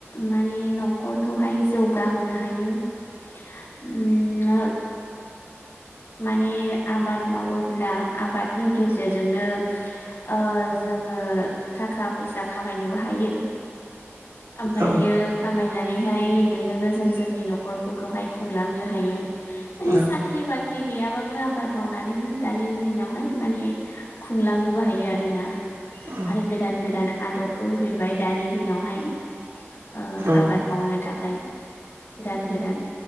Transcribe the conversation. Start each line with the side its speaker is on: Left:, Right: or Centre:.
Left: माने नखरखौहाय जौगाहोनो हायो उम माने आबाद मावोब्ला आबादनि गेजेरजोंनो ओ जोङो थाखा फैसा खामायनोबो हायो। आमफायो
Right: औ
Left: खामायनानै हाय बेजोंनो जों जोंनि नखरफोरखौहाय खुंलांनो हायो। माने
Right: औ
Left: साख्रि बाख ख्रि गैयाबाबो आबाद मावनानैनो दानि दिनावहाय माने खुंलांनोबो हायो आरो ना
Right: औ
Left: आरो गोदान गोदान आदबफोबो फैबाय दानि दिनावहाय। ओ
Right: उम
Left: आबाद मावनो थाख खाय गोदान गोदान